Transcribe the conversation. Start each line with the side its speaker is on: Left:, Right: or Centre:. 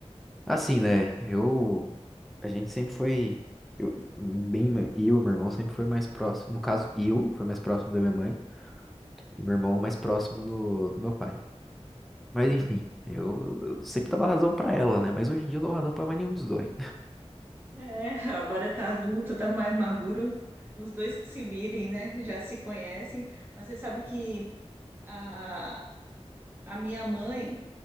Centre: Assim, né? Eu. A gente sempre foi. Eu, bem, eu e meu irmão sempre foi mais próximo. No caso, eu foi mais próximo da minha mãe e meu irmão mais próximo do, do meu pai. Mas
Right: Sim.
Centre: enfim, eu, eu sempre dava razão pra ela, né? Mas hoje em dia eu não dou razão pra mais nenhum dos dois.
Right: É, agora tá adulto, tá mais maduro. Os dois que se virem, né? Já se conhecem. Mas você sabe que a, a minha mãe